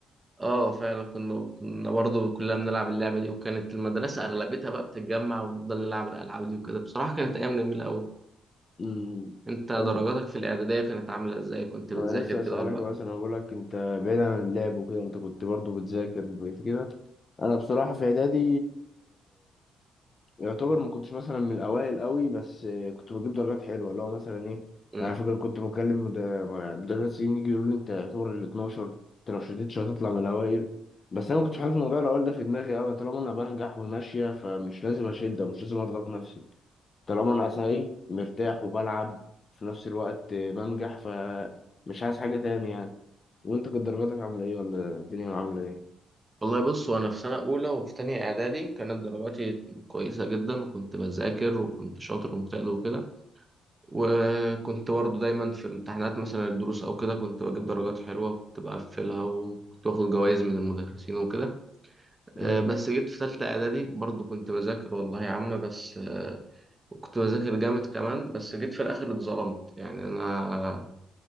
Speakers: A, on the right; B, on the left.
A: اه فعلا كنا كنا برضه كلنا بنلعب اللعبة دي وكانت المدرسة اغلبتها بقى بتتجمع ونفضل نلعب الالعاب دي وكده بصراحة كانت ايام جميلة قوي
B: مم.
A: انت درجاتك
B: طب
A: في الاعدادية كانت عاملة ازاي كنت
B: ما
A: بتذاكر
B: أنا لسه أسألك
A: كده ولا لا
B: مثلا أقول لك أنت بعيد عن اللعب وكده أنت كنت برضه بتذاكر وكده أنا بصراحة في إعدادي يعتبر ما كنتش مثلا من الاوائل قوي بس آه، كنت بجيب درجات حلوه اللي هو مثلا ايه
A: امم
B: انا فاكر كنت بكلم مد- مدرسين يجي يقولوا لي انت يعتبر ال 12 انت لو شدتش هتطلع من الاوائل بس انا ما كنتش حاطط موضوع الاوائل ده في دماغي قوي طالما انا بنجح وماشيه فمش لازم اشد ومش لازم اضغط نفسي طالما انا اصلا ايه مرتاح وبلعب في نفس الوقت آه، بنجح فمش عايز حاجه تاني يعني وانت كانت درجاتك عامله ايه ولا الدنيا عامله ايه؟
A: والله بص وانا في سنة اولى وفي تانية اعدادي كانت درجاتي كويسة جدا وكنت بذاكر وكنت شاطر ومجتهد وكده وكنت برضه دايما في امتحانات مثلا الدروس او كده كنت بجيب درجات حلوة وكنت بقفلها وكنت باخد جوائز من المدرسين وكده آه،
B: مم.
A: بس جيت في تالتة إعدادي برضه كنت بذاكر والله يا عم بس آه، كنت بذاكر جامد كمان بس جيت في الآخر اتظلمت يعني أنا